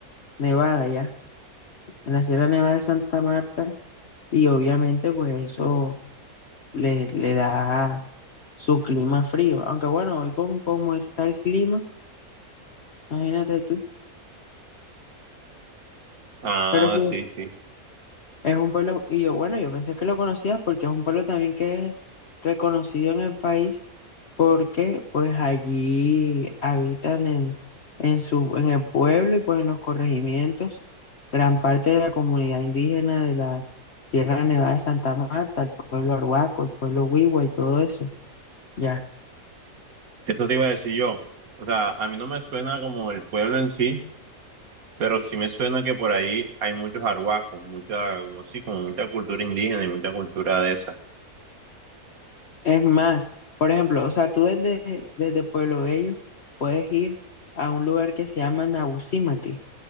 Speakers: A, on the left; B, on the right.
A: Nevada ya, en la Sierra Nevada de Santa Marta, y obviamente, pues eso le, le da su clima frío. Aunque bueno, hoy con cómo está el clima, imagínate tú.
B: Ah,
A: Pero sí,
B: sí, sí.
A: Es un pueblo, y yo, bueno, yo pensé que lo conocía porque es un pueblo también que es reconocido en el país porque pues allí habitan en, en su, en el pueblo y pues en los corregimientos gran parte de la comunidad indígena de la Sierra Nevada de Santa Marta, el pueblo Arhuaco, el pueblo Huigua y todo eso, ya.
B: Eso te iba a decir yo. O sea, a mí no me suena como el pueblo en sí, pero sí me suena que por ahí hay muchos arhuacos, mucha, como sí, como mucha cultura indígena y mucha cultura de esa.
A: Es más, por ejemplo, o sea, tú desde, desde Pueblo Bello puedes ir a un lugar que se llama Nabusimaque